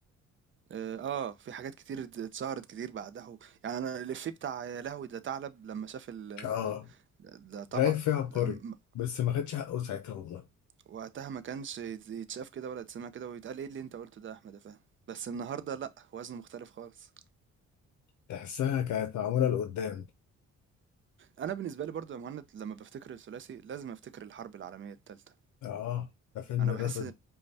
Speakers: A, on the right (about 40°); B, on the left (about 70°).
A: اه آه، في حاجات كتير ات- اتشهرت كتير بعدها يعني انا الإفيه بتاع يا لهوي ده ثعلب لما شاف ال
B: اه
A: ده طبعا
B: رايح فيها عبقري
A: ده م-
B: بس ما خدش حقه ساعتها والله
A: وقتها ما كانش يت- يتشاف كده ولا يتسمع كده ويتقال ايه اللي انت قلته ده يا احمد يا فهمي بس النهارده لا وزنه مختلف خالص
B: تحسها كانت معمولة لقدام
A: انا بالنسبه لي برضو يا مهند لما بفتكر الثلاثي لازم افتكر الحرب العالميه الثالثه
B: اه ده فيلم
A: انا بحس
B: ده ده